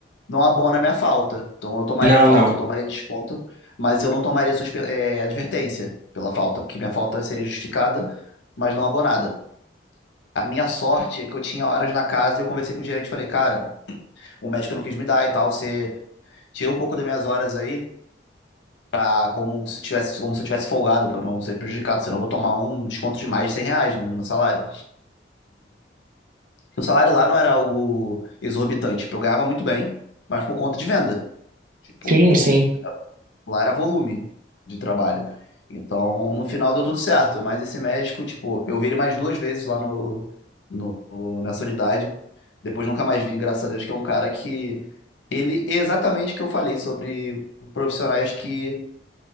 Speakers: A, on the left (about 85°); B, on the right (about 50°).
A: não abona a minha falta. Então eu tomaria
B: Não,
A: falta,
B: não.
A: eu tomaria desconto, mas eu não tomaria suspe- é, advertência pela falta, porque minha falta seria justificada, mas não abonada. A minha sorte é que eu tinha horas na casa e eu conversei com o gerente e falei, cara, o médico não quis me dar e tal, você tira um pouco das minhas horas aí, ah, como se tivesse, como se eu tivesse folgado pra não ser prejudicado, senão eu vou tomar um desconto de mais de 100 reais, né, no meu salário. Porque o salário lá não era algo exorbitante. Tipo, eu ganhava muito bem, mas por conta de venda. Tipo,
B: Sim, sim,
A: lá era volume de trabalho. Então, no final deu tudo certo. Mas esse médico, tipo, eu vi ele mais duas vezes lá no, no- nessa unidade. Depois nunca mais vi, graças a Deus, que é um cara que. Ele é exatamente o que eu falei sobre profissionais que. tipo,